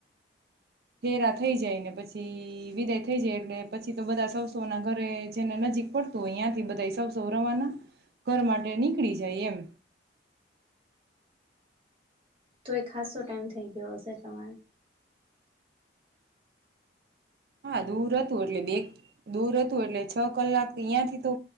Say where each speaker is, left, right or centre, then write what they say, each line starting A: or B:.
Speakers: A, on the right; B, on the right.
A: હેરા થઈ જાય ને પછી વિદાય થઈ જાય એટલે પછી તો બધા સસોના ઘરે જેને નજીક પડતું હોય ત્યાંથી બધા સસો રવાના ઘર માટે નીકળી જાય એમ
B: તો એ ખાસો ટાઈમ થઈ ગયો હશે તમારે
A: હા દૂર હત ઓડલે બે દૂર હતું એટલે છ કલાક અ્યાંથી તો